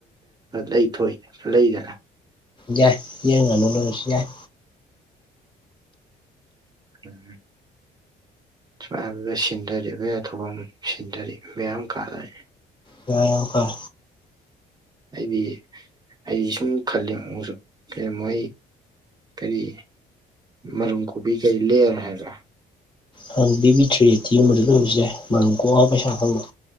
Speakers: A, on the right; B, on the left.
A: ꯂꯩꯊꯏ ꯂꯩꯒꯔꯥ
B: ꯌꯥꯏ ꯌꯦꯟ ꯉꯥꯅꯨ ꯂꯣꯏꯔꯁꯩ ꯌꯥꯏ
A: ꯎꯝ ꯁꯨꯃ ꯁꯤꯟꯗꯔꯤ ꯑꯩꯈꯣꯏ ꯑꯊꯐꯝ ꯁꯤꯟꯗꯔꯤ ꯃꯌꯥꯝ ꯀꯥꯅꯦ
B: ꯧ ꯀꯔ
A: ꯑꯩꯗꯤ ꯑꯩꯗꯤ ꯁꯨꯝ ꯈꯜꯂꯤ ꯑꯃꯁꯨ ꯀꯩꯃꯣ ꯑꯩ ꯀꯔꯤ ꯃꯔꯨꯝ ꯀꯣꯕꯤ ꯀꯔꯤ ꯂꯩꯔꯔ ꯍꯥꯏꯕ꯭ꯔꯥ
B: ꯍꯪ ꯄꯤꯕꯤꯗ꯭ꯔꯤꯇꯤꯒꯨꯝꯕꯗ ꯂꯣꯏꯨꯁꯤ ꯌꯥꯏ ꯃꯔꯝ ꯀꯣꯛꯑ ꯄꯩꯁꯥ ꯈꯪꯕꯣ